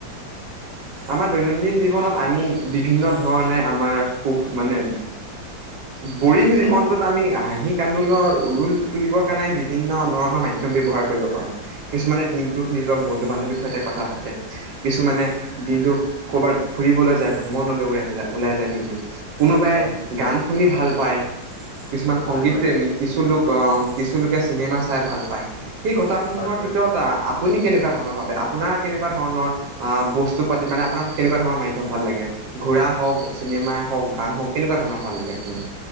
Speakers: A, on the right; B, on the left.
A: আমাৰ দৈনন্দিন জীৱনত আমি বিভিন্ন ধৰণে আমাৰ সুখ মানে আ <unintelligible> বৰিং জীৱনটোত আমি হাঁহি কান্দোনৰ ৰুল তুলিবৰ কাৰণে বিভিন্ন ধৰণৰ মাধ্যম ব্যৱহাৰ কৰিব পাৰোঁ কিছুমানে দিনটোত নিজৰ বন্ধু বান্ধৱীৰ সৈতে কথা পাতে কিছুমানে দিনটো কৰ'বাত ফুৰিবলৈ যায় ভ্ৰমণলৈ ওলাই ওলাই যায় দিনটো কোনোবাই
B: হয় নিশ্চয়
A: গান শুনি ভাল পায় কিছুমান
B: হয়
A: সংগীত
B: হয়
A: প্ৰেমী কিছু লোক অ কিছু লোকে চিনেমা চাই ভাল পায় সেই কথাসমূহৰ
B: হয় হয়
A: ভিতৰত আপুনি কেনেকুৱা ধৰণৰ ভাবে আপোনাৰ কেনেকুৱা ধৰণৰ বস্তু পাতি মানে আপোনাৰ কেনেকুৱা ধৰণৰ মাধ্যম ভাল লাগে ঘূৰা হওক চিনেমাই হওক গান হওক কেনেকুৱা ধৰণৰ ভাল লাগে আপোনাক